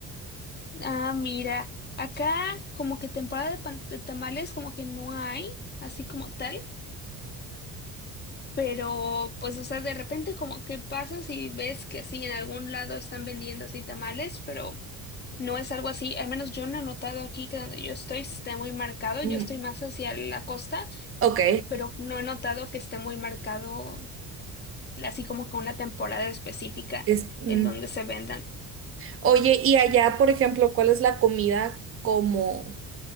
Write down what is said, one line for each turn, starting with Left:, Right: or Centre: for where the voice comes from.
Left: Ah, mira, acá como que temporada de, pan- de tamales como que no hay, así como tal, pero pues o sea, de repente como que pasas y ves que así en algún lado están vendiendo así tamales, pero no es algo así, al menos yo no he notado aquí que donde yo estoy esté muy marcado, yo
Right: Mm,
Left: estoy más hacia la costa,
Right: Ok,
Left: pero no he notado que esté muy marcado así como que una temporada específica
Right: es, mm.
Left: en donde se vendan.
Right: Oye, y allá, por ejemplo, ¿cuál es la comida como,